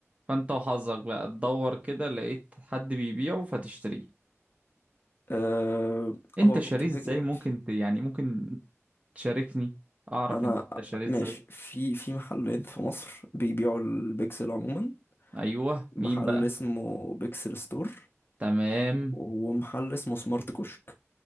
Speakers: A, on the right; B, on the left.
A: فانت وحظك بقى تدور كده لقيت حد بيبيعه فتشتريه
B: أه
A: انت
B: هو
A: شاريه
B: كده
A: ازاي
B: كده
A: ممكن ت... يعني ممكن تشاركني اعرف
B: انا
A: انت شاريه
B: ماشي
A: ازاي
B: في في محلين في مصر بيبيعوا البيكسل عموما
A: ايوه
B: محل
A: مين بقى
B: اسمه بيكسل ستور
A: تمام
B: ومحل اسمه سمارت كشك